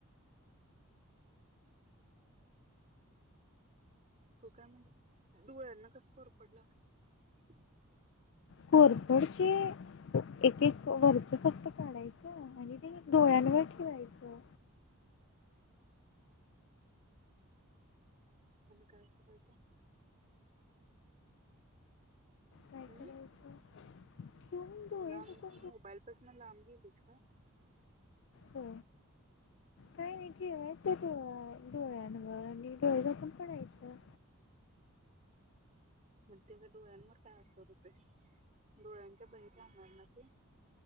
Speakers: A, on the right; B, on the left.
A: तू काय म्हणली डोळ्यांना कसं कोरफड लावायचं?
B: कोरफडचे एक एक वरच फक्त काढायचं आणि ते डोळ्यांवर ठेवायचं.
A: आणि काय करायच.
B: काय
A: हम्म.
B: करायचं ठेवून डोळे
A: लांब
B: झाकून
A: मोबाईलपसन लांब गेलीस का.
B: हो काही नाही ठेवायचं डोळा डोळ्यांवर आणि डोळे झाकून पडायचं.
A: मग ते डोळ्यांवर काय असर होतोय डोळ्यांच्या बाहीर राहणार ना ते.